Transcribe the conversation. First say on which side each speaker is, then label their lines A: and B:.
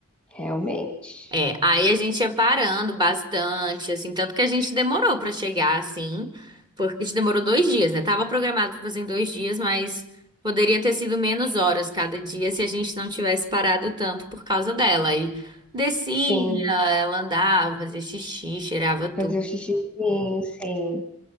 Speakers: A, in the centre; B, on the right.
A: realmente.
B: É, aí a gente ia parando bastante, assim, tanto que a gente demorou pra chegar, assim, porque a gente demorou dois dias, né? Tava programado pra fazer em dois dias, mas poderia ter sido menos horas cada dia se a gente não tivesse parado tanto por causa dela. Aí descia,
A: Sim,
B: ela andava, fazia xixi, cheirava tudo,
A: fazer o xixizinho, sim.